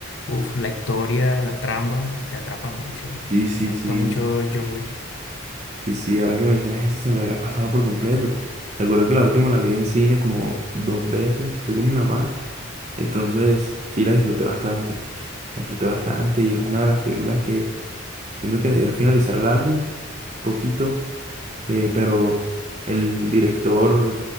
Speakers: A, on the left; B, on the right.
A: uf, la historia, la trama, te atrapa mucho.
B: Sí, sí,
A: Me
B: sí.
A: gusta mucho John Wick.
B: Sí, sí, ahora que mencionas eso se me había pasado por completo. Recuerdo que la última la vi en cine como dos veces, que fui con mi mamá. Entonces, sí, la disfruté bastante. La disfruté bastante y es una de las películas que siento que debía finalizar el álbum poquito, eh, pero el director